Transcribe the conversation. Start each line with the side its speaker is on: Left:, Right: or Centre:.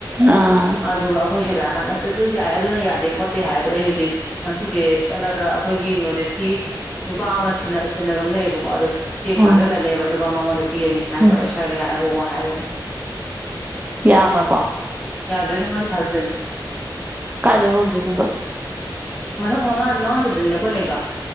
Right: ꯑꯥ
Centre: ꯑꯗꯨꯒ ꯑꯩꯈꯣꯏꯁꯨ ꯂꯥꯛꯑꯀꯥꯟꯗ ꯑꯁ ꯑꯗꯨ ꯌꯥꯏ ꯑꯗꯨꯅ ꯌꯥꯗꯦ ꯈꯣꯠꯇꯦ ꯍꯥꯏꯗꯣ ꯑꯩ ꯍꯧꯖꯤꯛ ꯉꯁꯤꯁꯦ ꯆꯠꯂꯒ ꯑꯩꯈꯣꯏꯒꯤ ꯅꯣꯔꯠ ꯏꯁꯀꯤ ꯅꯨꯄꯥ ꯑꯃ ꯁꯦꯟꯅꯕ ꯑꯃ ꯂꯩꯌꯦꯕꯀꯣ ꯑꯣ ꯆꯤꯠ
Right: ꯎꯝ
Centre: ꯑꯗꯨꯗꯂꯅꯦꯕ ꯑꯗꯨ ꯥꯡꯑꯣꯗ ꯄꯤꯅꯤ ꯁꯃꯥꯏ
Right: ꯎꯝ
Centre: ꯇꯧꯔ ꯁꯔꯅ ꯌꯥꯔ ꯍꯉ ꯍꯅ
Right: ꯌꯥ ꯀꯄ
Centre: ꯌꯥꯗ꯭ꯔꯣꯏꯗꯪꯉꯣꯏꯗꯤ ꯊꯥꯗꯣꯏꯣ
Right: ꯀꯥꯏꯗ ꯍꯟꯗꯦꯅ
Centre: ꯃꯊꯛ ꯃꯉꯥꯗꯤ ꯃꯉꯥ ꯁꯨꯗꯅꯤꯅꯦ ꯑꯩꯈꯣꯏ ꯂꯩꯗꯣ